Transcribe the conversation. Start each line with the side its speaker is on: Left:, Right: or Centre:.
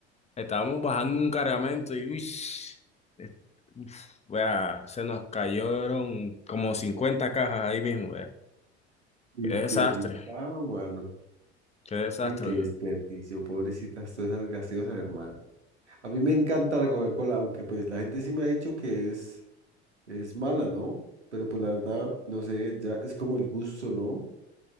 Left: estábamos bajando un cargamento y uy, es- uf, vea, se nos cayeron como 50 cajas ahí mismo, vea.
Right: Y
Left: Qué desastre,
Right: delicado, mano.
Left: qué desastre,
Right: Uy, qué desperdicio,
Left: yo.
Right: pobrecitas, todas esas gaseosas, hermano. A mí me encanta la Coca-Cola, aunque pues la gente sí me ha dicho que es, es mala, ¿no? Pero pues la verdad, no sé, ya es como el gusto, ¿no?